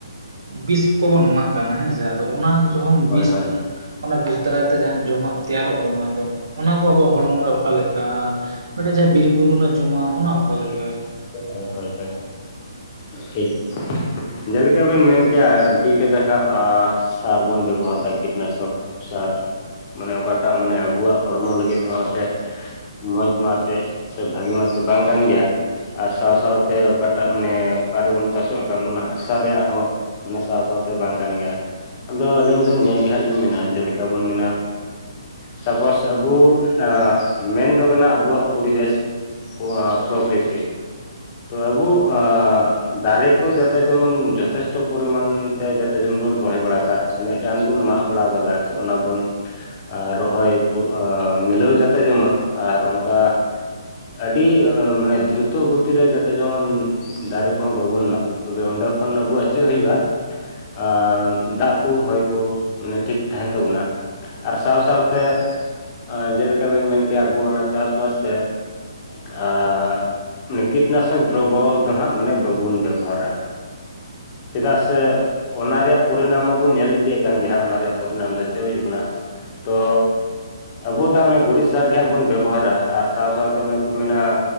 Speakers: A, on the right (about 60°); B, on the left (about 30°).
A: ᱵᱤᱥ ᱠᱚᱵᱚᱱ ᱮᱢᱟᱜ ᱠᱟᱱᱟ ᱦᱮᱸᱥᱮ ᱟᱫᱚ ᱚᱱᱟ ᱡᱚᱠᱷᱚᱱ
B: ᱦᱳᱭ
A: ᱵᱤᱥ
B: ᱦᱳᱭ
A: ᱵᱚᱱ ᱚᱱᱟ ᱵᱤᱥ ᱫᱟᱨᱟᱭ ᱛᱮ ᱡᱟᱸᱦᱟᱱ ᱡᱚᱢᱟᱜ ᱛᱮᱭᱟᱨᱚᱜ ᱠᱟᱱᱟ ᱟᱫᱚ ᱚᱱᱟ ᱠᱚ ᱟᱵᱚᱣᱟᱜ ᱦᱚᱲᱢᱚ ᱨᱮ ᱚᱠᱟ ᱞᱮᱠᱟ ᱟᱨ ᱢᱤᱫᱴᱮᱡ ᱡᱟᱦᱟᱸ ᱵᱤᱨ ᱵᱩᱨᱩ ᱨᱮᱱᱟᱜ ᱡᱚᱢᱟᱜ ᱚᱱᱟ ᱚᱠᱟᱞᱮᱠᱟ
B: ᱦᱳᱭ ᱦᱳᱭ ᱦᱚᱭ ᱴᱷᱤᱠ ᱡᱮᱞᱮᱠᱟ ᱵᱮᱱ ᱢᱮᱱ ᱠᱮᱭᱟ ᱟᱹᱰᱤ ᱠᱟᱡᱟᱠᱷᱟᱜ ᱥᱟᱨ ᱵᱚᱱ ᱵᱮᱵᱚᱦᱟᱨ ᱮᱫᱟ ᱠᱤᱴᱱᱟᱥᱚᱠ ᱥᱟᱨ ᱢᱟᱱᱮ ᱚᱠᱟᱴᱟᱜ ᱢᱟᱱᱮ ᱟᱵᱚᱣᱟᱜ ᱦᱚᱲᱢᱚ ᱞᱟᱹᱜᱤᱫ ᱛᱮᱦᱚᱸ ᱮᱱᱛᱮᱫ ᱢᱚᱡᱽ ᱚᱱᱟᱛᱮ ᱥᱮ ᱵᱷᱟᱜᱤ ᱢᱟᱛᱚ ᱵᱟᱝ ᱠᱟᱱ ᱜᱮᱭᱟ ᱟᱨ ᱥᱟᱶ ᱥᱟᱶᱛᱮ ᱚᱠᱟᱴᱟᱜ ᱢᱟᱱᱮ ᱚᱠᱟᱨᱮᱵᱚᱱ ᱪᱟᱥᱚᱜ ᱠᱟᱱ ᱚᱱᱟ ᱦᱟᱥᱟ ᱨᱮᱭᱟᱜ ᱦᱚᱸ ᱢᱟᱱᱮ ᱥᱟᱶ ᱥᱟᱶᱛᱮ ᱵᱟᱝ ᱠᱟᱱ ᱜᱮᱭᱟ ᱟᱫᱚ ᱟᱹᱞᱤᱧ ᱫᱚ ᱱᱤᱭᱟᱹᱟᱹᱜᱮ ᱦᱟᱸᱜ ᱞᱤᱧ ᱢᱮᱱᱟ ᱡᱮᱞᱮᱠᱟ ᱵᱚᱱ ᱢᱮᱱᱟ ᱥᱟᱯᱳᱥ ᱟᱵᱚ ᱮᱸᱻ ᱢᱮᱱ ᱫᱚ ᱠᱟᱱᱟ ᱟᱵᱚᱣᱟᱜ ᱯᱚᱨᱤᱵᱮᱥ ᱟᱸᱻ ᱯᱨᱚᱠᱨᱤᱛᱤ ᱛᱚ ᱟᱵᱩ ᱮᱸᱻ ᱫᱟᱨᱮ ᱠᱚ ᱡᱟᱛᱮ ᱡᱮᱢᱚᱱ ᱡᱚᱛᱷᱮᱥᱴᱚ ᱯᱚᱨᱤᱢᱟᱱ ᱛᱮ ᱡᱚᱛᱚ ᱡᱚᱱ ᱵᱚᱱ ᱨᱚᱦᱚᱭ ᱵᱟᱲᱟ ᱠᱟᱜ ᱛᱤᱱᱟᱹᱜ ᱜᱟᱱ ᱵᱚᱱ ᱢᱟᱜ ᱵᱟᱲᱟ ᱠᱟᱫᱟ ᱟᱨᱠᱤ ᱚᱱᱟ ᱵᱚᱱ ᱟᱨ ᱨᱚᱦᱚᱭ ᱢᱤᱞᱟᱹᱣ ᱡᱟᱛᱮ ᱡᱮᱢᱚᱱ ᱟᱨ ᱚᱝᱠᱟ ᱟᱹᱰᱤ ᱢᱟᱱᱮ ᱫᱨᱩᱛᱚ ᱜᱚᱛᱤᱨᱮ ᱡᱚᱛᱚ ᱡᱮᱢᱚᱱ ᱫᱟᱨᱮ ᱠᱚᱦᱚᱸ ᱵᱟᱵᱚᱱ ᱢᱟᱜᱽ, ᱛᱚᱵᱮ ᱚᱸᱰᱮ ᱠᱷᱚᱱ ᱟᱵᱚ ᱚᱪᱚᱜ ᱦᱩᱭᱩᱜᱼᱟ ᱟᱸᱻ ᱫᱟᱜ ᱠᱚ ᱦᱚᱭ ᱠᱚ ᱢᱟᱱᱮ ᱴᱷᱤᱠ ᱛᱟᱸᱦᱮᱱ ᱛᱟᱵᱚᱱᱟ ᱟᱨ ᱥᱟᱶ ᱥᱟᱶᱛᱮ ᱮᱸ ᱡᱮᱞᱮᱠᱟ ᱵᱮᱱ ᱢᱮᱱ ᱠᱮᱭᱟ ᱟᱵᱚᱣᱟᱜ ᱚᱱᱟ ᱪᱟᱥᱵᱟᱥ ᱨᱮ ᱟᱸᱻ ᱢᱟᱱᱮ ᱠᱤᱴᱱᱟᱥᱚᱠ ᱫᱨᱚᱵᱚ ᱫᱚ ᱦᱟᱸᱜ ᱢᱟᱱᱮ ᱵᱟᱵᱚᱱ ᱵᱮᱵᱚᱦᱟᱨᱟ ᱪᱮᱫᱟᱜ ᱥᱮ ᱚᱱᱟ ᱨᱮᱭᱟᱜ ᱯᱚᱨᱤᱱᱟᱢ ᱢᱟᱵᱚᱱ ᱧᱮᱞ ᱤᱫᱤᱭᱮᱫ ᱠᱟᱱ ᱜᱮᱦᱟᱸᱜ ᱚᱱᱟ ᱨᱮᱭᱟᱜ ᱯᱚᱨᱤᱱᱟᱢ ᱫᱚ ᱪᱮᱫ ᱦᱩᱭᱩᱜ ᱠᱟᱱᱟ ᱛᱚ ᱟᱵᱚ ᱫᱚ ᱚᱱᱮ ᱜᱩᱨᱤᱡ ᱥᱟᱨ ᱜᱮ ᱦᱟᱸᱜ ᱵᱚᱱ ᱵᱮᱵᱚᱦᱟᱨᱟ ᱟᱨ ᱥᱟᱶ ᱥᱟᱶᱛᱮ ᱚᱱᱮ ᱠᱚ ᱢᱮᱱᱟ